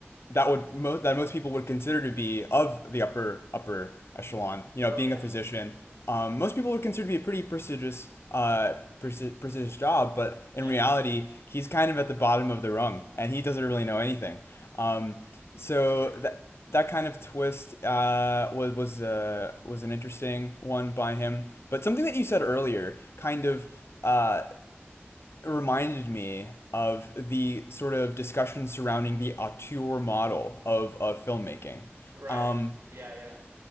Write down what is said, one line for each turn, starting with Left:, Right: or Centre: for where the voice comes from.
Left: that would most that most people would consider to be of the upper upper echelon. You know,
Right: Oh
Left: being
Right: yeah,
Left: a physician,
Right: for sure.
Left: um, most
Right: hmm
Left: people would consider to be a pretty prestigious uh, presti- prestigious job. But
Right: Yeah.
Left: in reality, he's kind of at the bottom of the rung, and he doesn't really
Right: Mhm.
Left: know anything. Um, so
Right: That's true.
Left: that that kind of twist uh, was was uh, was an interesting one by him. But something that you said earlier, kind of uh, reminded me of the sort of discussion surrounding the auteur model of, of filmmaking.
Right: Right.
Left: Um,
Right: Yeah. Yeah.